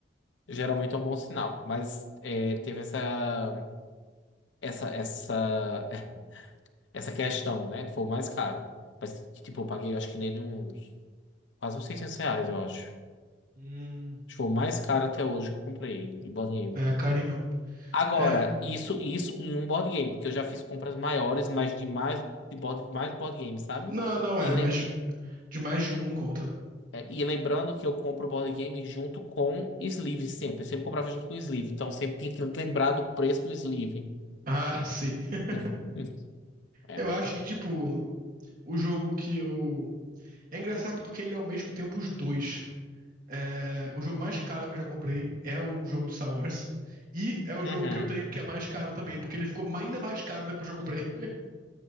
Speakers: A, on the left; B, on the right.
A: Geralmente é um bom sinal. Mas é, teve essa, essa, essa, <laughs> essa questão, né? Foi o mais caro. Mas, tipo, eu paguei, acho que nele uns quase uns 600 reais, eu acho. Acho
B: Hum.
A: que foi o mais caro até hoje que eu comprei em board game.
B: é, carinho mesmo.
A: Agora,
B: É,
A: isso, isso em um board game, porque eu já fiz compras maiores, mas de mais, de board, mais board game, sabe?
B: não, não
A: E
B: é,
A: lem-
B: mas de de mais de um não conta.
A: É, e lembrando que eu compro o board game junto com sleeve sempre. Eu sempre comprava junto com sleeve. Então sempre tinha que lembrar do preço do sleeve.
B: Ah, sim. <laughs>
A: <laughs> É.
B: Eu acho que, tipo, o jogo que eu. É engraçado porque ele é ao mesmo tempo os dois. É, o jogo mais caro que eu já comprei é o jogo do Star Wars. E é o
A: Uhum.
B: jogo que eu tenho que é mais caro também, porque ele ficou ma- ainda mais caro depois que eu comprei. <laughs>